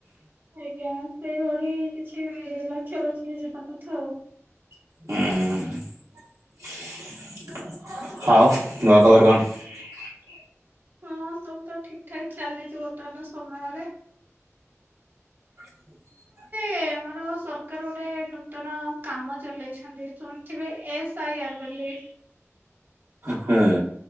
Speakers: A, on the right (about 45°); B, on the right (about 70°).
A: ଆଜ୍ଞା ସେଇଭଳି କିଛି ଲକ୍ଷ୍ୟ ରଖିକି ଯିବା କଥା ଆଉ।
B: ହୁଁ ହଉ ଘର ଖବର କଣ?
A: ହଁ ସବୁ ତ ଠିକଠାକ ଚାଲିଛି ବର୍ତ୍ତମାନ ସମୟରେ।
B: <unintelligible>
A: ଏ ଆମର ସରକାର ଗୋଟେ ନୂତନ କାମ ଚଲେଇଛନ୍ତି ଶୁଣିଥିବେ ଏସ୍ ଆଇ ଆର ବୋଲି। ଲେ
B: ହୁଁ